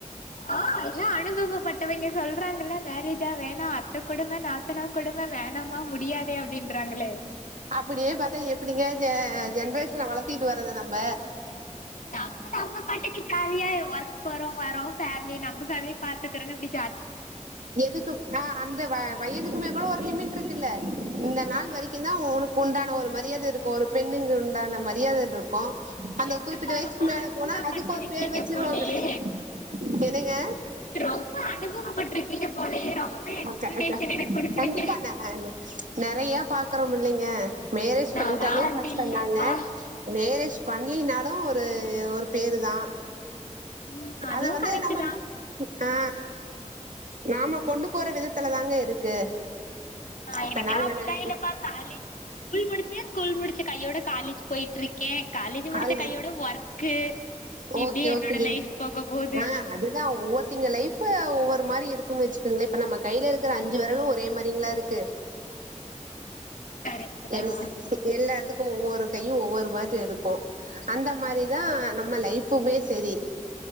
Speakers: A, on the left; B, on the right.
A: ஆ இலா அனுபவப்பட்டவய்ங்க சொல்றாங்கல்ல மேரேஜா வேணா அ த்த கொடும நாத்தனா கொடும வேணாமா முடியாதே அப்டின்றாங்களே
B: அப்பிடியே பாத்தா எப்டிங்க ஜ ஜென்ரேஷ்ன வளத்திட்டு வர்றது நம்ப
A: நம்ப நம்ப பாட்டுக்கு ஜாலியா ஒர்க் போறோ வரோ ஃபேமிலி நம்ப ஃபேமிலி பாத்துக்கறே அப்டி
B: எதுக்கு ஆ அந்த வ வயதுக்குமே கூட ஒரு லிமிட்ருக்குல்ல இந்த நாள் வரைக்கு தா உனக்கு உண்டான ஒரு மரியாத இருக்கு ஒரு பெண் ங்கள்உண்டான மரியாதன்ரு க்கு அந்த
A: என்னப்பா
B: குறிப்பிட்ட வயசுக்
A: ரொம்ப
B: மேல
A: அனுபவப்பட்டிருக்கீங்க
B: போனா அதுக்கு ஒரு பேர் வச்சிருவாங்களே
A: போலயே
B: என்னங்க
A: ரொம்ப அனுபவப்பட்டிருக்கீங்க போலயே ரொம்ப எக்ஸ்பிளனேஷன்
B: க க
A: எனக்கு கொடுக்குறீங்க
B: கண்டிப்பா ந அ நறையா பா பாக்கணுமுல்லைங்க மேரேஜ்
A: நான்லாம்
B: பண்ணிட்டாலு
A: அப்படி
B: கஷ்டொ
A: இல்லப்பா
B: தாங்க மேரேஜ் பண்லினாலு ஒரு ஒரு பேரு தா
A: ம் அதுவும்
B: அத வந்து
A: கரெக்ட்
B: நம்ம
A: தான்
B: ஆ நாம கொண்டு போற விதத்துல தாங்க இருக்கு
A: நா
B: இப்ப
A: எனக்லா
B: நாங்க
A: அப்பில்லா இல்லப்பா காலேஜ் ஸ்கூல் முடிச்சே ஸ்கூல் முடிச்ச கையோட காலேஜ் போய்ட்ருக்கே காலேஜு முடிச்ச
B: அது
A: கையோட ஒர்க்கு இப்டி
B: ஓகே
A: என்னோட
B: ஓகேங்க
A: லைஃப் போக போது
B: ஆ அதுதா ஒவ்வொர்த்திங்க லைஃப்ஃபு ஒவ்வொர் து மாரி இருக்கு வச்சுக்கோங்ளே இப்ப நம்ம கைலருக்ற அஞ்சு வெரலு ஒரே மாரிங்ளா இருக்கு
A: கரெக்ட் தா
B: எல் ப்ப எல்லாத் க்கு ஒவ்வொரு கையு ஒவ்வொரு பாத்து எடுக்கு அந்த மாரிதா நம் ம லைஃப்ஃபுமே சேரி